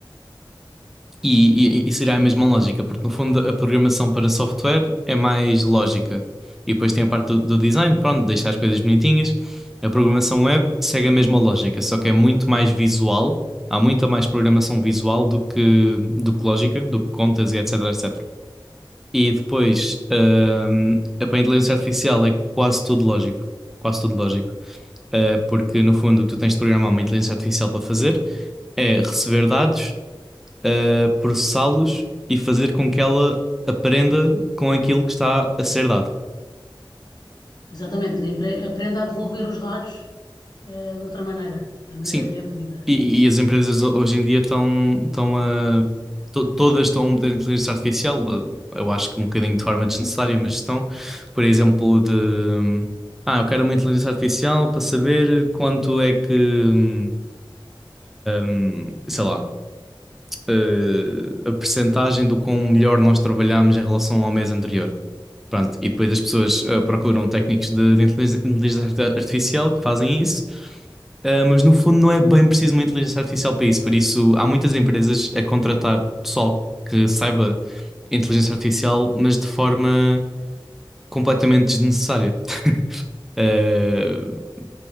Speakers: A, in the centre; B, on the left (about 50°).
A: E, e, e seria a mesma lógica, porque no fundo a programação para software é mais lógica. E depois tem a parte do, do design, pronto, deixar as coisas bonitinhas. A programação web segue a mesma lógica, só que é muito mais visual. Há muita mais programação visual do que, do que lógica, do que contas e etc, etc. E depois, hum, a para a inteligência artificial é quase tudo lógico. Quase tudo lógico. Uh, porque no fundo o que tu tens de programar uma inteligência artificial para fazer é receber dados a processá-los e fazer com que ela aprenda com aquilo que está a ser dado.
B: Exatamente, empre- aprenda a devolver os dados eh, de outra maneira, da maneira
A: Sim,
B: que lhe é pedida.
A: e, e as empresas ho- hoje em dia estão, estão a. to- Todas estão a meter inteligência artificial, eh, eu acho que um bocadinho de forma desnecessária, mas estão, por exemplo, de. hum, Ah, eu quero uma inteligência artificial para saber quanto é que. hum, hum, sei lá. eh, a percentagem do quão melhor nós trabalhamos em relação ao mês anterior. Pronto, e depois as pessoas ah, procuram técnicos de, de inteligência inteligência artificial que fazem isso, ah, mas no fundo não é bem preciso uma inteligência artificial para isso. Por isso, há muitas empresas a contratar pessoal que saiba inteligência artificial, mas de forma completamente desnecessária. Ah,